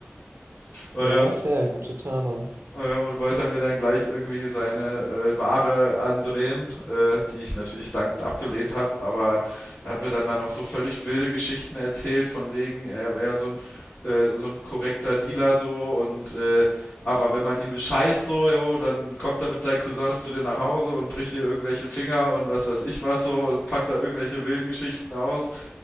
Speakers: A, on the left; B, on the right.
A: Äh,
B: Ja, fair, gute Tarnung.
A: äh, und wollte mir dann gleich irgendwie seine äh, Ware andrehen, äh, die ich natürlich dankend abgelehnt habe, aber er hat mir dann da noch so völlig wilde Geschichten erzählt, von wegen, er wäre so ein äh, so ein korrekter Dealer so und äh, aber wenn man ihn bescheißt so, jo, dann kommt er mit seinen Cousins zu dir nach Hause und bricht dir irgendwelche Finger und was weiß ich was so und packt da irgendwelche wilden Geschichten aus